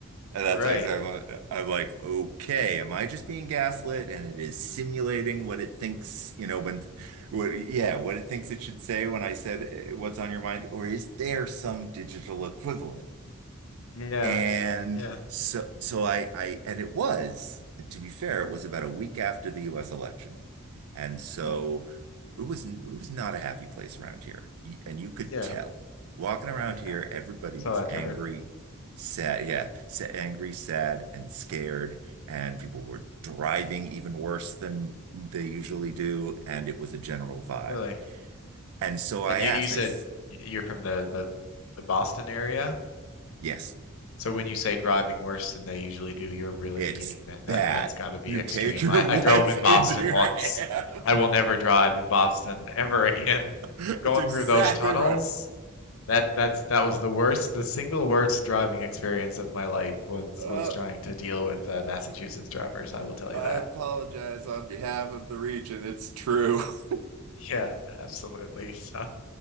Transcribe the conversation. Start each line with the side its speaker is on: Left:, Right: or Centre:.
Right: And that's
Left: right.
Right: how exactly I'm like, okay, am I just being gaslit? And it is simulating what it thinks, you know, when, what, yeah, what it thinks it should say when I said eh, what's on your mind, or is there some digital equivalent?
Left: Yeah,
Right: And
Left: yeah,
Right: so, so I, I, and it was, to be fair, it was about a week after the U.S. election. And so
Left: but-
Right: it was, it was not a happy place around here. Y- And you could
Left: yeah.
Right: tell walking around
Left: I,
Right: here,
Left: I,
Right: everybody
Left: so
Right: was
Left: I've
Right: angry,
Left: heard,
Right: sad. Yeah. sa- angry, sad, and scared. And people were driving even worse than they usually do. And it was a general vibe.
Left: really.
Right: And so I
Left: And
Right: asked,
Left: you you said
Right: I, s-
Left: y- you're from the the, the Boston area?
Right: yes.
Left: So when you say driving worse than they usually do, you're really
Right: It's
Left: meaning that,
Right: bad.
Left: that that's got to be
Right: You
Left: extreme.
Right: take your
Left: I,
Right: <laughs> life
Left: I drove in
Right: into
Left: Boston
Right: your
Left: once.
Right: hands.
Left: I will never drive in Boston ever <laughs> again.
Right: <laughs> That's
Left: Going
Right: exactly
Left: through those tunnels,
Right: right.
Left: that that's that was the worst, the single worst driving experience of my life was
Right: Uh,
Left: was trying to deal with uh, Massachusetts drivers. I will tell
Right: I
Left: you that.
Right: apologize on behalf of the region. It's true. <laughs>
Left: Yeah, absolutely. <laughs> So,